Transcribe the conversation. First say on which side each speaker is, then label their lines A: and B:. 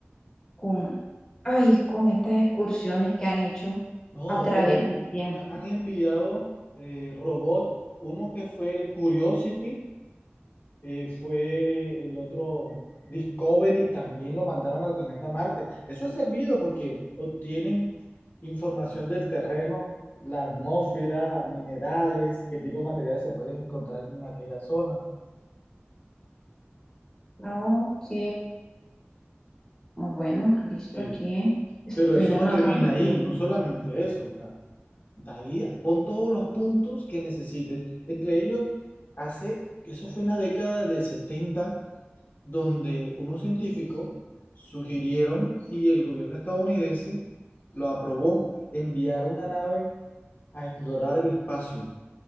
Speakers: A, on the left; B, on the left.
A: con, ay, con estas excursiones que han hecho
B: No,
A: a través
B: y también
A: del tiempo.
B: ha- han enviado eh, robots. Uno que fue el Curiosity eh, fue el otro Discovery, también lo mandaron al planeta Marte. Eso ha servido porque obtienen información del terreno, la atmósfera, minerales, qué tipo de materiales se pueden encontrar en aquella zona.
A: Ok, ah, bueno, listo
B: Sí.
A: aquí. Estoy
B: Pero eso
A: anotando
B: no termina ahí,
A: todo.
B: no solamente eso. o sea, de ahí pon todos los puntos que necesites. Entre ellos, hace, eso fue en la década del 70 donde unos científicos sugirieron y el gobierno estadounidense lo aprobó, enviar una nave a explorar el espacio.